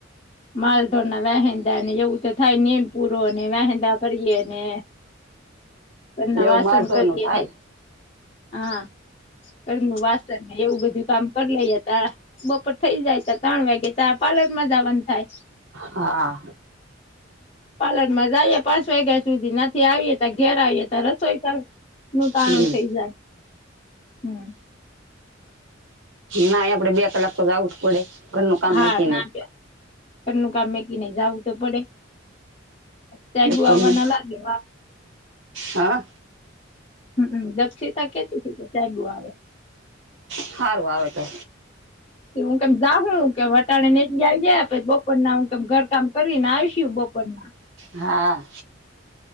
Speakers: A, on the left; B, on the right.
A: માલઢોના વેહેંદા ને એવું તો થાય નીણ પૂરોને વહેંદા કરીએ ને પણ નવાસન
B: એવું માલઢોરનું
A: કરીએ
B: થાય
A: ને હા કરનું વાસન ને એવું બધું કામ કરી લે હતા બપર થઇ જાય ત ત્રણ વાગે ત પાર્લર માં જવાનું થાય
B: હા
A: પાર્લર માં જઈએ પાંચ વાગ્યા સુધી ના આવીએ ત ઘેર આવીએ ત રસોઈ ત નું કારાણું
B: હમ
A: થઇ જાય હમ્મ
B: ના આપડે બે કલાક તો જાઉં છું પડે ઘરનું કામ
A: હા
B: વચ્ચે
A: ના
B: નહી
A: વ્યા ઘરનુ કામ મેકીને જવું તો પડે સાઈબુ આવવાના
B: ઘરનું
A: લાગે
B: હા
A: હમ્મ દક્ષિતા કેટ કે ચાગું આવે
B: સારું આવે તો
A: હું કેમ દખ કે વટાણ ને આવી ગયા પછી બપરના હું કેમ ઘર કામ કરીને આવશ બપર ના
B: હા